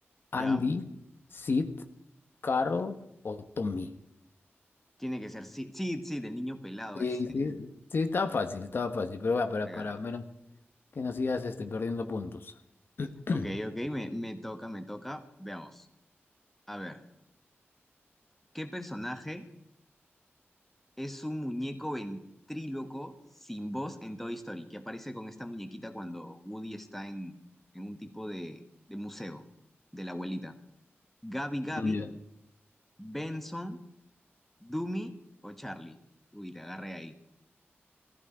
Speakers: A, on the left; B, in the centre.
A: ¿Andy,
B: ¿Ya?
A: Sid, Carl o Tommy?
B: Tiene que ser, sí, sí, sí, del niño pelado
A: Sí,
B: ese.
A: sí, sí, estaba fácil, estaba fácil, pero va, para,
B: <laughs> Regala.
A: para menos que no sigas este, perdiendo puntos. <clears throat>
B: Ok, ok, me, me toca, me toca. Veamos. A ver, ¿qué personaje es un muñeco ventríloco sin voz en Toy Story? Que aparece con esta muñequita cuando Woody está en, en un tipo de, de museo de la abuelita. ¿Gabi Gabi,
A: Ya.
B: Benson, Doomy o Charlie? Uy, te agarré ahí.